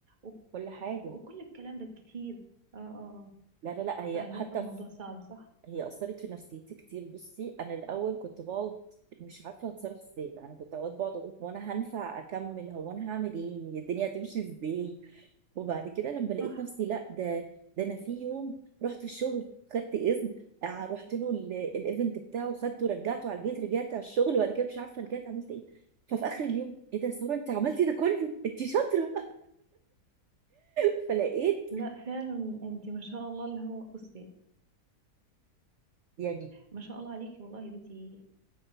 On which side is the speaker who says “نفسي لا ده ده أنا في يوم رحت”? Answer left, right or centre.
Right